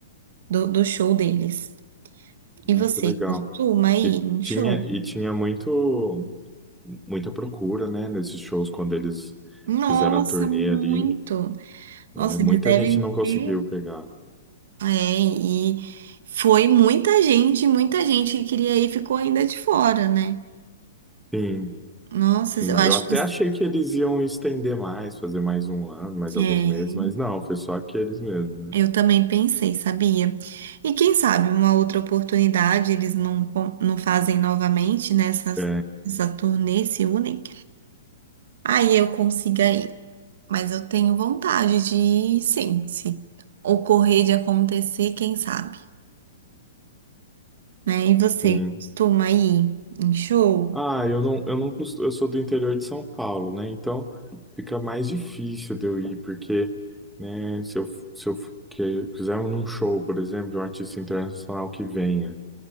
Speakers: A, on the right; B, in the centre.
A: do, do show deles. E
B: ah,
A: você
B: que legal.
A: costuma ir
B: E
A: em
B: tinha,
A: show?
B: e tinha muito, muita procura, né, nesses shows quando eles
A: Nossa,
B: fizeram a turnê
A: muito!
B: ali. É,
A: Nossa,
B: muita
A: eles devem
B: gente não conseguiu
A: ter.
B: pegar.
A: É, e foi muita gente, muita gente que queria ir ficou ainda de fora, né?
B: Sim,
A: Nossa,
B: Sim,
A: eu acho
B: eu até
A: que
B: achei que eles iam estender mais, fazer mais um ano, mais alguns
A: é,
B: meses, mas não, foi só aqueles mesmo, né?
A: eu também pensei, sabia? E quem sabe uma outra oportunidade eles não, con- não fazem novamente nessa
B: É,
A: essa turnê, se unem. Aí eu consiga ir. Mas eu tenho vontade de ir, sim, se ocorrer de acontecer, quem sabe, né? E você
B: sim.
A: costuma ir em show?
B: Ah, eu não, eu não costu- eu sou do interior de São Paulo, né? Então fica mais difícil de eu ir, porque, né, se eu, se eu que, quiser um show, por exemplo, de um artista internacional que venha,